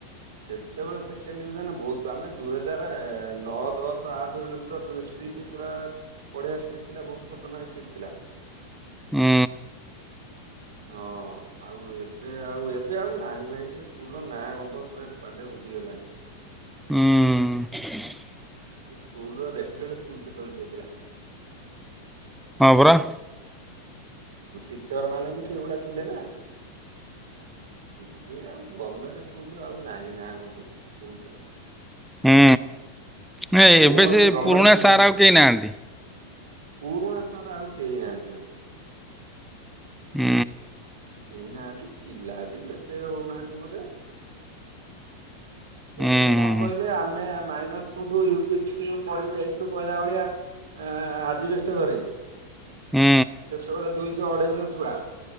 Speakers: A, on the right; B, in the centre.
A: ସେତେବେଳେ ସେକେଣ୍ଡ ଡିଭିଜନ ବହୁତ ଆମେ ଦୁଇ ହଜାର ନଅ ଦଶ ଆଠ ବେଳକୁ ତ ଷ୍ଟ୍ରି ସ୍ ପୁରା ବଢିଆ ଷ୍ଟ୍ରିଟ୍ ଥିଲା ବହୁତ ଖତରନାକ ଷ୍ଟ୍ରିଟ୍ ଥିଲା।
B: ଉଁ।
A: ହଁ। ଆଉ ଏବେ ଆଉ ଏବେ ଆଉ ନାହିଁ ଭାଇ ସେ ସ୍କୁଲ ନାଁ ଗନ୍ଧ ପୁରା କୁଆଡେ ଉଡିଗଲାଣି।
B: ଉଁ।
A: ସେ ସ୍କୁଲ୍ ର ରେପୁଟେଡ୍ ସ୍କୁଲ ସେତେବେଳେ ଯାଇଥିଲା।
B: ହଁ ପରା।
A: ଟିଚର ମାନେ ବି ସେଇଭଳିଆ ଥିଲେ ନା। ଏବେ ଆଉ ଗମେଣ୍ଟେ ସ୍କୁଲ ଆଉ ନାହିଁ ନା ଗନ୍ଧ କୋଉଥିର।
B: ହୁଁ ନାଇ
A: କୌଣସି
B: ଏବେ ସେ
A: ଗଭର୍ଣ୍ଣମେଣ୍ଟ
B: ପୁରୁଣା
A: ସ୍କୁଲରେ
B: ସାର୍
A: ନାହିଁ।
B: ଆଉ କେହି ନାହାନ୍ତି।
A: ପୁରୁଣା ସାର୍ ଆଉ କେହି ନାହାନ୍ତି ଭାଇ।
B: ହୁଁ।
A: କେହି ନାହାନ୍ତି ପିଲା ବି ଏତେ ହୋଉନାହାନ୍ତି ବୋଧେ।
B: ହୁଁ
A: ଏବେ କଣ
B: ହୁଁ ହୁଁ
A: କହିଲେ ଆମେ minor school U P school ପଢ଼ିକି ଯାଇ ଥିଲୁ କହିଲା ଭଳିଆ ଆଁ ଆଁ ଆଜିବେଷ୍ଟେ ଘରେ।
B: ହୁଁ।
A: ସେତେବେଳେ ଦୁଇସ ଅଢ଼େଇସ ଛୁଆ